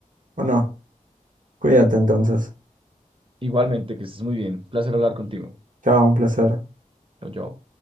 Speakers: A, on the right; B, on the right.
A: Bueno, cuídate entonces.
B: Igualmente, que estés muy bien, placer hablar contigo.
A: Chao, un placer.
B: Chao, chao.